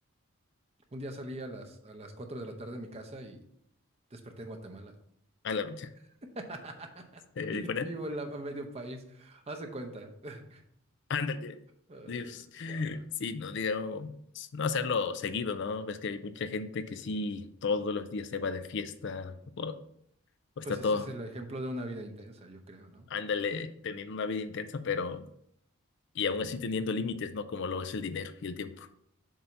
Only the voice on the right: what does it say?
Un día salí a las, a las 4 de la tarde de mi casa y desperté en Guatemala.
<laughs>
Vivo en la, a medio país. Haz de cuenta. <laughs>
Ah,
no.
Pues
ese es el ejemplo de una vida intensa, yo creo, ¿no?